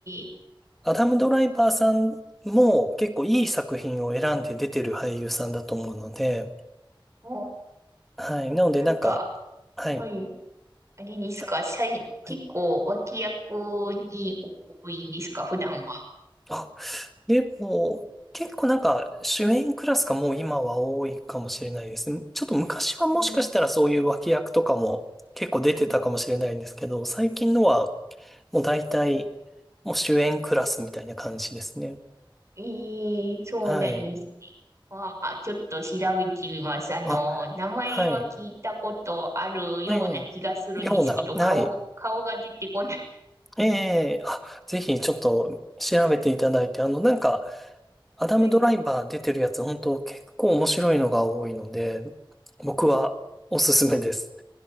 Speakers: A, on the right (about 35°); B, in the centre.
A: ー、
B: アダム・ドライバーさんも結構いい作品を選んで出てる俳優さんだと思うので、
A: も
B: はい。なのでなんか、
A: う、なんか、
B: はい。
A: はい、あれですか、
B: あ
A: さい、
B: はい。
A: 結構脇役に多いんですか、普段は。
B: あでも、結構なんか主演クラスがもう今は多いかもしれないですね。ちょっと昔はもしかしたらそういう脇役とかも結構出てたかもしれないんですけど、
A: うんうん
B: 最近のはもう大体もう主演クラスみたいな感じですね。
A: えー、そうなんですね。
B: はい。
A: まあ、ちょっと調べてみます。あの、
B: あ、
A: 名前は聞いたことあるような気がするんですけど、
B: はい。ええ。ような、はい。
A: 顔が、顔が出てこない。
B: ええ。あ、ぜひちょっと調べていただいて、あのなんかアダムドライバー出てるやつ本当結構面白いのが多いので、
A: はい。
B: 僕はおすすめです。
A: うん